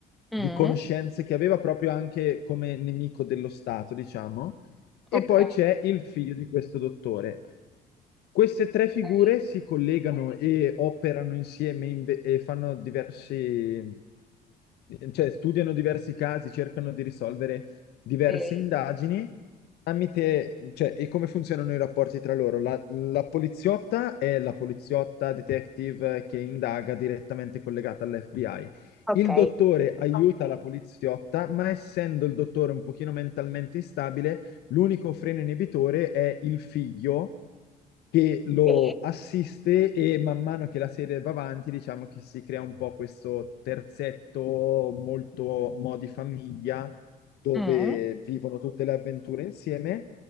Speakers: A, in the centre; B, on the left.
A: Mm.
B: di conoscenze che aveva proprio anche come nemico dello Stato, diciamo. E
A: Ok.
B: poi c'è il figlio di questo dottore. Queste tre figure
A: Sì.
B: si collegano e operano insieme in ve- e fanno diversi, cioè studiano diversi casi, cercano di risolvere diverse
A: Sì.
B: indagini tramite, cioè, e come funzionano i rapporti tra loro? La, la poliziotta è la poliziotta detective che indaga direttamente collegata all'FBI.
A: Ok.
B: Il dottore aiuta la Ok. poliziotta, ma essendo il dottore un pochino mentalmente instabile, l'unico freno inibitore è il figlio che lo
A: Sì.
B: assiste e man mano che la serie va avanti, diciamo che si crea un po' questo terzetto molto modi famiglia dove
A: Mm.
B: vivono tutte le avventure insieme.